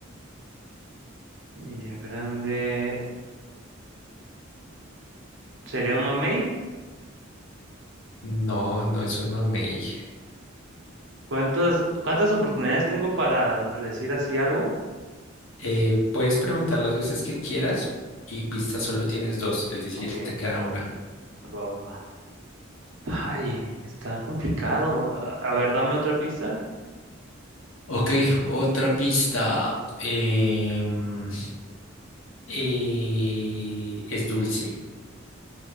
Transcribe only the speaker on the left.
No, no es un mamey.
Eh, puedes preguntar las veces que quieras y pistas solo tienes dos, es decir,
te queda una.
Ok, otra pista. em, eh, es dulce